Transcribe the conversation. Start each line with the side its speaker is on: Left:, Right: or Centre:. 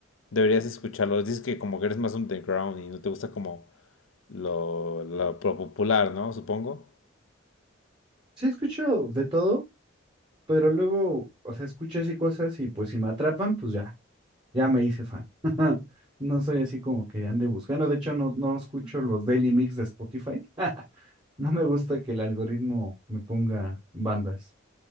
Left: Deberías escucharlo. Dices que como que eres más underground y no te gusta como lo, lo, lo popular, ¿no? Supongo.
Right: Sí, escucho de todo, pero luego, o sea, escucho así cosas y pues si me atrapan, pues ya, ya me hice fan. <laughs> No soy así como que ande buscando. De hecho, no, no escucho los Daily Mix de Spotify. <laughs> No me gusta que el algoritmo me ponga bandas.